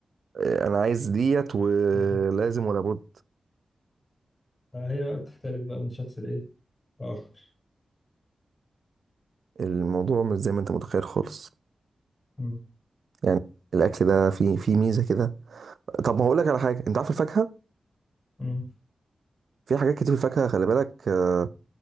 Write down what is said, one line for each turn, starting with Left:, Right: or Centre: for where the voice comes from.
Right: إيه، انا عايز ديت ولازم
Left: <laughs>
Right: ولا بد
Left: فهي بقى بتختلف بقى من شخص لايه لاخر
Right: الموضوع مش زي ما انت متخيل خالص
Left: أمم،
Right: يعني الاكل ده فيه فيه ميزه كده طب ما هقول لك على حاجه انت عارف الفاكهه
Left: أمم.
Right: في حاجات كتير في الفاكهه خلي بالك آه،